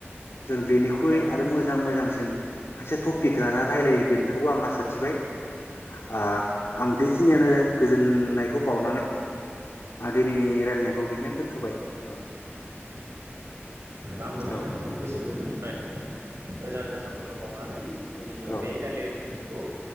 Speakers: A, on the left; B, on the right.
A: जों बेनिख्रुइ
B: उम औ
A: आरो मोजां मोजां सिन खायसे टपिक राना रायलायगोनखौ आं आसा थिबाय। आ आं बेखिनियावनो गोजोननायखौ बावनानै आं दिनैनि रायलायनायखौ बेखिनियावनो दोनथ'बाय औ।
B: आंबो नोंथांखौ
A: औ
B: गोसो गोरबोनिफ्राय रोजा रोजा साबायखर बाव नानै दिनैनि
A: औ
B: बे रायलायनाय पिकखौ